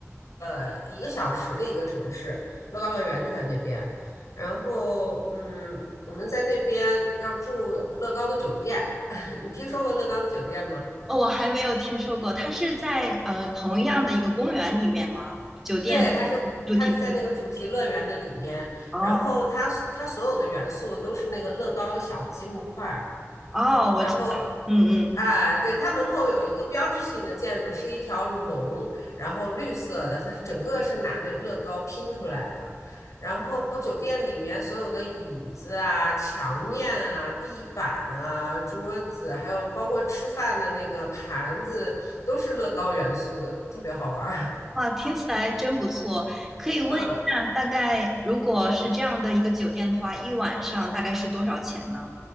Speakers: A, on the left; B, in the centre.
A: 呃一个小时的一个城市，乐高乐园就在那边。然后嗯，我们在那边要住乐高的酒店，<laughs> 你听说过乐高的酒店吗？
B: 哦，我还没有听说过，它是在呃同样的一个公园里面吗？酒店
A: 对，它是它是在那个主题乐园的里面，
B: 主题公园。哦
A: 然后它它所有的元素都是那个乐高的小积木块儿，
B: 哦，我知道，
A: 然后，
B: 嗯嗯，
A: 啊，对，它门口有一个标志性的建筑，是一条龙，然后绿色的，它是整个是拿那个乐高拼出来的。然后酒店里面所有的椅子啊、墙面啊、地板啊、桌子，还有包括吃饭的那个盘子，都是乐高元素的，特别好玩儿。<laughs>
B: 哇，听起来真不错。可以问一下，
A: 嗯，
B: 大概如果是这样的一个酒店的话，一晚上大概是多少钱呢？